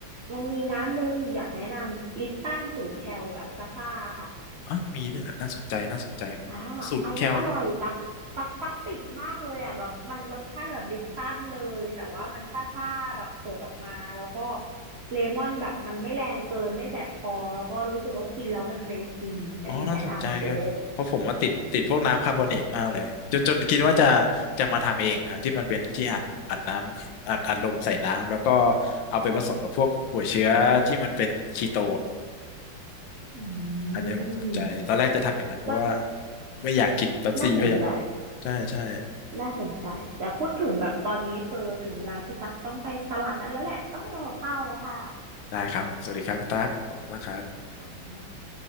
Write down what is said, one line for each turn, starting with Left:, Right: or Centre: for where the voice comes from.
Right: มันมีน้ำหนึ่งอยากแนะนำลิปตันศูนย์แคลแบบซ่าๆค่ะ
Left: อ๋อมีด้วยเหรอน่าสนใจน่าสนใจ
Right: อ่า
Left: ศูนย์แคล
Right: อันเนี้ยอร่อยตักตักตักติดมากเลยอ่ะแบบมันรสชาติแบบลิปตันเลยแต่ว่ามันซ่าๆแบบเปิดออกมาแล้วก็เลมอนแบบมันไม่แรงเกินไม่แสบคอแล้วก็รู้สึกว่ากินแล้วมันเฟรชดีอันเนี้ยแนะนำในเซเว่น
Left: อ๋อน่าสนใจครับเพราะผมว่าติดติดพวกน้ำคาร์บอเนตมากเลยจนจนคิดว่าจะจะมาทำเองครับที่มันเป็นที่อัดอัดน้ำอัดอัดลมใส่น้ำแล้วก็เอาไปผสมกับพวกหัวเชื้อที่มันเป็นคีโต
Right: อื
Left: อันเนี้ยผมสนใจ
Right: ม
Left: ตอนแรกจะทำอย่างนั้นเพราะว่า
Right: ก็
Left: ไม่อยากกินเป๊ปซี่พยายามลดใช่ใช่
Right: น่าสนใจน่าสนใจ แต่พูดถึงแบบตอนนี้คือถึงเวลาที่ตั๊กต้องไปตลาดนั้นแล้วแหละ ต้องไปทำกับข้าวแล้วค่ะ
Left: ได้ครับผมสวัสดีครับคุณตั๊กขอบคุณมากครับ
Right: ค่ะ